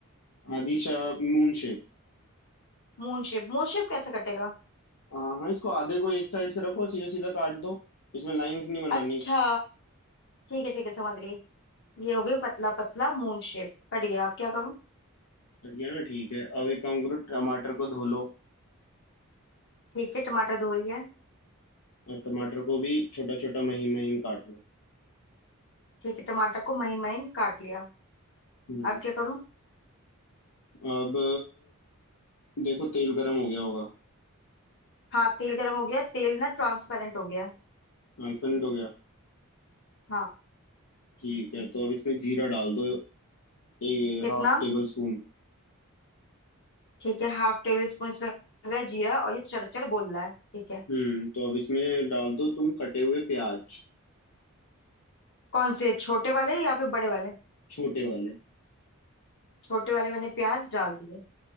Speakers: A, on the left; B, on the left.
A: Adisha moon shape
B: मून शेप मून शेप कैसे कटेगा
A: हाँ हाँ इसको आधे को एक साइड से रखो सीधा सीधा काट दो इसमें लाइंस नहीं बनानी
B: अच्छा ठीक है ठीक है समझ गई ये हो गई पतला पतला मून शेप कट गया अब क्या करूँ
A: बढ़िया ना ठीक है अब एक काम करो टमाटर को धो लो
B: ठीक है टमाटर धो लिया
A: और टमाटर को भी छोटा छोटा महीन महीन काट लो
B: ठीक है टमाटर को महीन महीन काट लिया
A: हम्म,
B: अब क्या करूं
A: अब देखो तेल गरम हो गया होगा
B: हाँ तेल गर्म हो गया तेल ना ट्रांसपेरेंट हो गया
A: ट्रांसपेरेंट हो गया
B: हाँ
A: ठीक है तो अब इसमें जीरा डाल दो ए,
B: कितना
A: हाफ टेबल स्पून
B: ठीक है हाफ टेबल स्पून इसमें हो गया जीरा और ये चरचर बोल रहा है ठीक है
A: हम्म तो अब इसमें डाल दो तुम कटे हुए प्याज
B: कौन से छोटे वाले या फिर बड़े वाले
A: छोटे वाले
B: छोटे वाले मैंने प्याज डाल दिए